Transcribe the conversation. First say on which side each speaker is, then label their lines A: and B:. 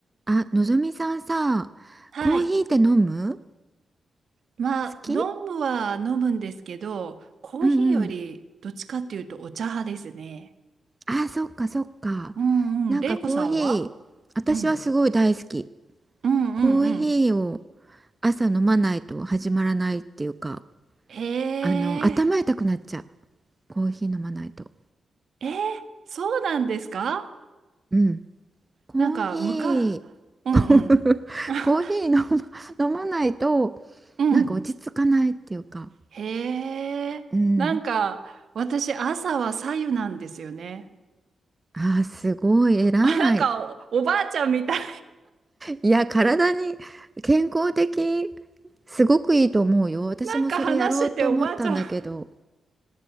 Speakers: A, on the right (about 25°); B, on the right (about 65°).
A: あ、のぞみさんさ、
B: はい。
A: コーヒーって飲む
B: まあ、
A: 好き
B: 飲むは飲むんですけど、コーヒーよりどっちかっていうとお茶派ですね。
A: うんうん。あ、そっかそっか。
B: うんうん。
A: なんかコーヒー、
B: れいこさんは
A: 私はすごい大好き。
B: うん。うんうんうん。
A: コーヒーを朝飲まないと始まらないっていうか、
B: へ
A: あの、頭痛くなっちゃう。
B: え。
A: コーヒー飲まないと。
B: えー、そうなんですか
A: うん。コーヒ
B: なんか、むか、
A: ー、
B: うんうん。
A: コー
B: <laughs>
A: <laughs> コーヒー飲ま、<laughs> 飲まないと、
B: うん。
A: なんか落ち着かないっていうか。
B: へえ。
A: うん。
B: なんか、私、朝は白湯なんですよね。
A: あー、すごい偉い。
B: <laughs> なんかお、おばあちゃんみたい。
A: いや、体に健康的、すごくいいと思うよ。私もそれやろうと思ったんだけど、
B: なんか話してておばあちゃん。